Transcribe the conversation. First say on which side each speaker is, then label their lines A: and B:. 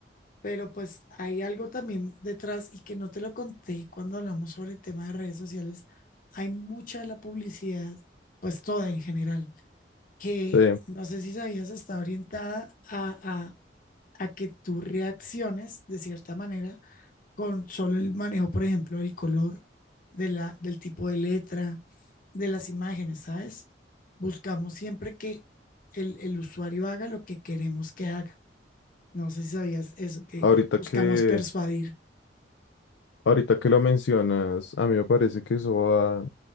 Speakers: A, on the left; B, on the left.
A: Pero pues hay algo también detrás y que no te lo conté cuando hablamos sobre el tema de redes sociales. Hay mucha de la publicidad, pues toda en general, que
B: sí.
A: no sé si sabías, está orientada a, a, a que tú reacciones de cierta manera con solo el manejo, por ejemplo, del color, de la, del tipo de letra, de las imágenes, ¿sabes? Buscamos siempre que el, el usuario haga lo que queremos que haga. No sé si sabías eso, que
B: Ahorita
A: buscamos
B: que...
A: persuadir.
B: Ahorita que lo mencionas, a mí me parece que eso va,